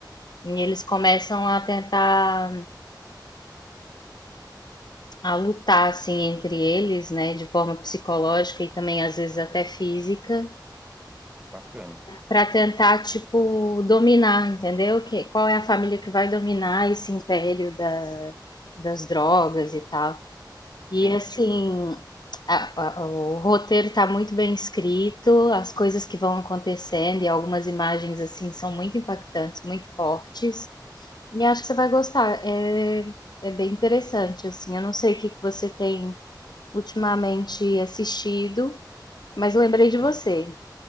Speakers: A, on the left; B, on the right.
A: E eles começam a tentar a lutar assim entre eles, né, de forma psicológica e também às vezes até física,
B: bacana.
A: para tentar, tipo, dominar, entendeu? Que, qual é a família que vai dominar esse império da, das drogas e tal. E
B: Sim,
A: assim, a- a- o roteiro está muito bem escrito, as coisas que vão acontecendo e algumas imagens assim são muito impactantes, muito fortes. E acho que você vai gostar. É, é bem interessante, assim. Eu não sei o que que você tem ultimamente assistido, mas eu lembrei de
B: sim.
A: você.